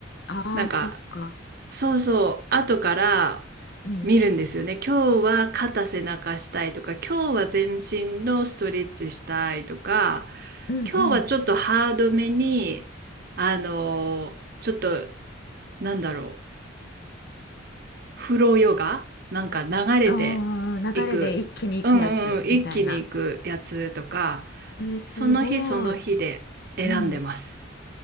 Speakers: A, on the left; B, on the right.
A: ああ、
B: なんか
A: そっか。
B: そうそう、後から
A: うん、
B: 見るんですよね。今日は肩背中したいとか、今日は全身のストレッチしたいとか、
A: うんうん。
B: 今日はちょっとハードめに、あのーちょっと、なんだろう、フローヨガなんか流れていく、
A: あー流れで一気に行くやつみたいな。
B: うんうんうん、一気にいくやつとか、
A: えーすごい。
B: その日その日で選んでます。
A: うん。